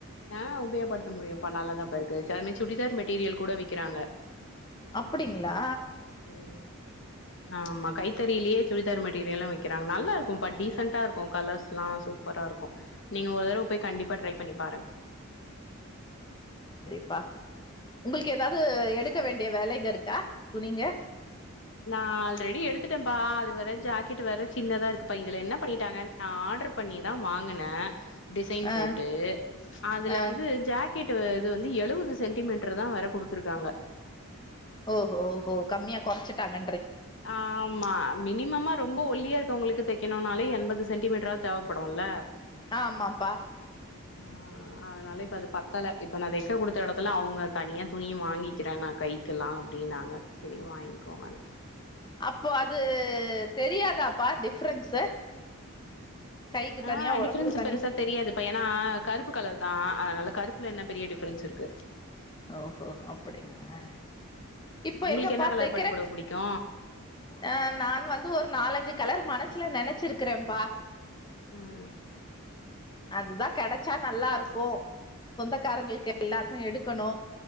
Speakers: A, on the left (about 55°); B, on the left (about 20°).
A: ஆ உபயோப்படுத்த முடியுபா நல்லாதா பா இருக்கு சிலமே சுடிதார் மெட்டீரியல் கூட விக்கிறாங்க
B: அப்பிடிங்களா
A: ம் ஆமா கை தெரியிலியே சுடிதார் மெட்டீரியலல்லா விக்கறாங்க நல்லா இருக்கும்ப்பா டீசண்டா இருக்கு கலர்ஸ்லா சூப்பரா இருக்கு நீங்க ஒரு தடவ போய் கண்டிப்பா ட்ரை பண்ணி பாருங்
B: ப்பா உங்களுக்கு ஏதாவது எடுக்க வேண்டிய வேலைங்க இருக்கா துணிங்க
A: நா ஆல்ரெடி எடுத்துட்டேப்பா அது வேற ஜாக்கெட் வேற சின்னதா இருக்குப்பா இதுல என்ன பண்ணிட்டாங்க நா ஆர்டர் பண்ணிதா வாங்கினே டிசைன்
B: ஆ
A: போட்டு அதுல
B: ஆ
A: வந்து ஜக் கிட்டு இது வந்து எழுவது சென்டிமீட்டர்தா வேற குடுத்துருக்காங்க
B: ஓஹோ ஓஹோ கம்மியா கொறச்சிட்டாங்க
A: ஆ ஆமா மினிமமா ரொம்ப ஒல்லியா இருக்கவங்களுக்கு தெக் க்கணுனாலே எண்பது சென்டிமீட்டராது தேவப்படுல்ல
B: ஆ ஆமாம்ப்பா
A: ஆ அதனால இப்ப அது பத்தல இப்ப நா தெக்க குடுத்த எடத்துல அவங்க தனியா துணிய வாங்கிக்கிறே நா கைக்கல்லா அப்டின்னாங்க சரி வாங்கிக்கோங்கன்னே
B: அப்போ அது தெரியாதாப்பா டிஃப்ரென்ஸு? கைக்கு
A: ஆ
B: தனியா ஒடம்புக்கு
A: டிஃப்ரென்ஸ்
B: தனியா
A: பெருசா தெரியாதுப்பா ஏன்னா கருப்பு கலர்தா அதனால கருப்புல என்ன பெரிய டிஃபரன்ஸ் இருக்கு
B: ஓஹோ அப்படிங்களா இப்ப
A: உங்களுக்கு
B: எங்கப்பா
A: என்ன கலர்
B: தெக்கற
A: பட்டு பொடவ புடிக்கு
B: ஆ நான் வந்து ஒரு நாலஞ்சு கலர் மனசுல நெனைச்சிருக்கறேம்ப்பா
A: ம்
B: அதுதா கெடைச்சா நல்லா இருக்கு சொந்தக்காரங்களுக்கு எல்லாருக்கு எடு க்கணு